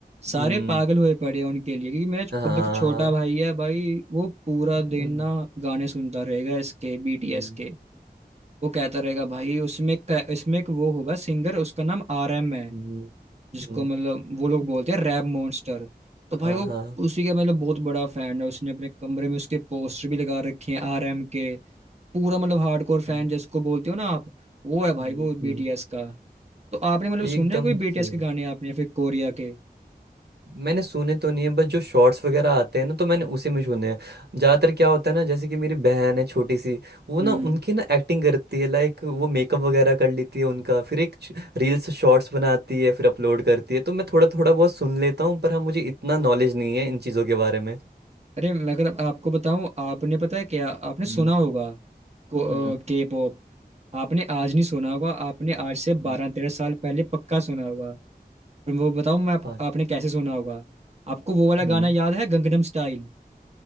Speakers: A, on the right (about 75°); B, on the right (about 40°).
A: हम्म
B: सारे पागल हुए पड़े हैं उनके लिए क्योंकि मेरा
A: हाँ
B: खुद एक छोटा भाई है भाई वो पूरा
A: हम्म
B: दिन ना गाने सुनता रहेगा इसके बीटीएस
A: हम्म
B: के वो कहता रहेगा भाई उसमें क- इसमें एक वो होगा सिंगर उसका नाम आरएम है
A: हम्म,
B: जिसको
A: हम्म,
B: मतलब वो लोग बोलते हैं रैप मॉन्स्टर तो भाई
A: हाँ
B: वो
A: हाँ <laughs>
B: उसी का मतलब बहुत बड़ा फैन है उसने अपने कमरे में उसके पोस्टर भी लगा रखे हैं आरएम के पूरा मतलब हार्डकोर फैन
A: हम्म
B: जिसको बोलते हो ना आप वो है भाई
A: हम्म,
B: वो बीटीएस
A: हम्म।
B: का तो आपने मतलब सुने
A: एकदम
B: हैं कोई
A: से
B: बीटीएस के गाने आपने या फिर कोरिया के
A: मैंने सुने तो नहीं है बस जो शॉर्ट्स वगैरह आते हैं ना तो मैंने उसी में सुने हैं ज्यादातर क्या होता है ना जैसे कि मेरी बहन है छोटी सी वो ना
B: हम्म
A: उनकी ना एक्टिंग करती है लाइक वो मेकअप वगैरह कर लेती है उनका फिर एक रील्स शॉर्ट्स बनाती है फिर अपलोड करती है तो मैं थोड़ा थोड़ा बहुत सुन लेता हूँ पर हाँ मुझे इतना नॉलेज नहीं है इन चीज़ों के बारे में
B: अरे मैं अगर आपको बताऊं आपने पता है क्या आपने सुना
A: हम्म
B: होगा के
A: हम्म
B: पॉप आपने आज नहीं सुना होगा आपने आज से
A: हम्म,
B: बारह तेरह साल पहले पक्का सुना होगा और वो बताऊं मैं आप,
A: हाँ
B: आपने कैसे सुना होगा आपको वो वाला
A: हम्म
B: गाना याद है गंगनम स्टाइल